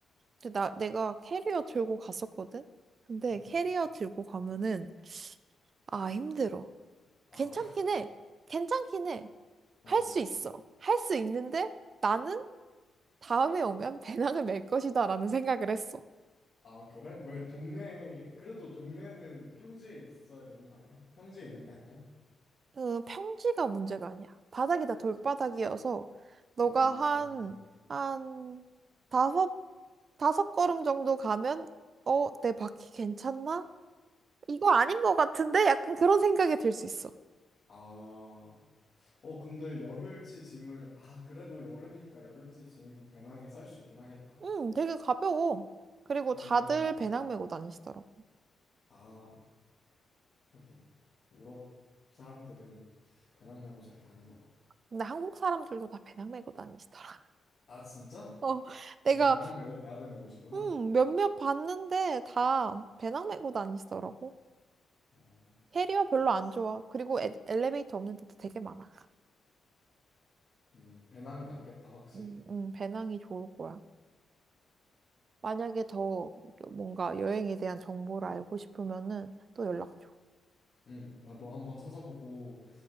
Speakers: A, on the right; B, on the left.
A: 근데 나, 내가 캐리어 들고 갔었거든? 근데
B: 음,
A: 캐리어 들고 가면은, 아, 힘들어.
B: 아,
A: 괜찮긴
B: <laughs>
A: 해. 괜찮긴 해.
B: 어,
A: 할 수 있어. 할 수 있는데 나는 다음에 오면 배낭을 멜 것이다 라는 생각을 했어.
B: 아, 그래? 왜 동네, 그래도 동네는 평지에 있어야 되는 거 아니야? 평지에 있는 게 아니야?
A: 그 평지가 문제가 아니야. 바닥이 다 돌바닥이어서 너가
B: 아,
A: 한, 한 다섯, 다섯 걸음 정도 가면 어, 내 바퀴 괜찮나? 이거 아닌 것 같은데? 약간 그런 생각이 들 수 있어.
B: 아, 어, 근데 열흘치 짐을, 아, 그래도 여름이니까 열흘치 짐 배낭에 쌀 수 있긴 하겠다.
A: 음, 되게 가벼워. 그리고
B: 한번,
A: 다들 배낭 메고 다니시더라고.
B: 아, 하긴 유럽 사람들은 배낭 메고 잘 다니더라고.
A: 근데 한국 사람들도 다 배낭 메고 다니시더라. <laughs>
B: 아 진짜?
A: 어, 내가
B: 그럼 배낭 메고 가야 되는 곳이구나.
A: 음, 몇몇 봤는데 다 배낭 메고 다니시더라고.
B: 어,
A: 테리어 별로
B: 알았어.
A: 안 좋아. 그리고 에- 엘리베이터 없는 데도 되게 많아.
B: 음, 배낭이 낫겠다 확실히.
A: 음, 음, 배낭이 좋을 거야. 만약에 더 뭔가 여행에 대한 정보를 알고 싶으면은 또 연락 줘.
B: 음, 나도 한번 찾아보고